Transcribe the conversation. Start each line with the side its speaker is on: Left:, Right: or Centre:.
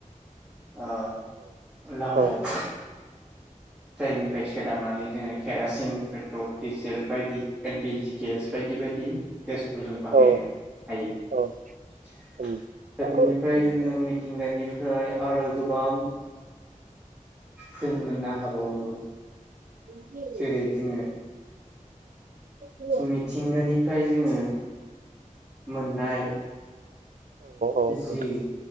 Centre: ओ लाव
Right: औ
Centre: लाव जायनिफ्राय सोदांनानै जोङो केरासिन पेट्रल डिजेल बायदि एलपि जि गेस बायदि बायदि गेसखौ जों बाहायनो
Right: औ
Centre: हायो
Right: औ
Centre: दा
Right: उम औ
Centre: बेनिफ्राय जोङो थिंगानिफ्राय आरो गोबां जों मोननो हाबावो
Right: बि <unintelligible>
Centre: जेरै जोङो
Right: उ <unintelligible>
Centre: मिथिंगानिफ्राय जोङो मोननाय
Right: औ
Centre: जि
Right: नोंथां